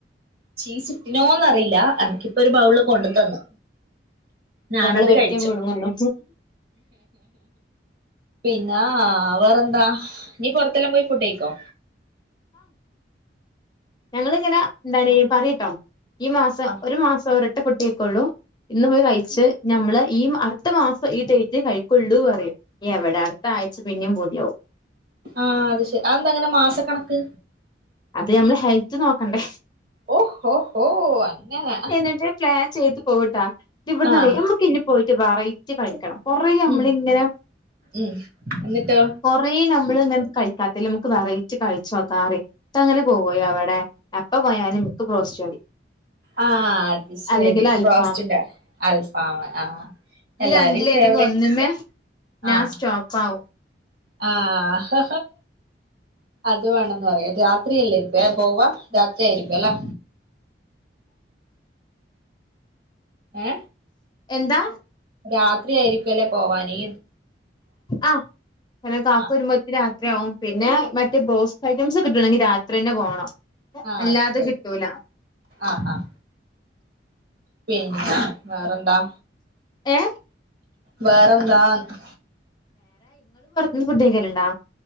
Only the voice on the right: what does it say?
ചീസ്ട്ടിനോന്നറീല എനക്കിപ്പൊര് ബൗള് കൊണ്ട് തന്ന് ഞാനത്
കഴിച്ചു
പിന്നാ വേറന്താ നീ പൊറത്തെല്ലം പോയി ഫുഡ്ഡയ്ക്കോ
ആഹ്
ആഹ് അത് ശെ അതെന്താങ്ങനെ മാസക്കണക്ക്
ഓഹോ ഹോ ഹോ അങ്ങനെ
ആഹ്
ഉം ഉം എന്നിട്ടോ
ആഹ് അത് ശെരി
ബ്രോസ്റ്റിന്റെ ആളാ അൽഫാമ് ആഹ്
എല്ലാരേം
ഫേവറേറ്റ്
ആണ്
ആഹ്
ആഹ് അത് വേണം ന്ന് പറയാ രാത്രിയല്ലേരിക്ക പോവാ രാത്രിയായിരിക്കുല്ലേ ഏ
രാത്രി ആയിരിക്കും അല്ലേ പോവാന്
ആഹ്
ആഹ്
അത് ശരി
ആഹ് ആഹ് പിന്നെ വേറെന്താ
വേറെന്താന്ന്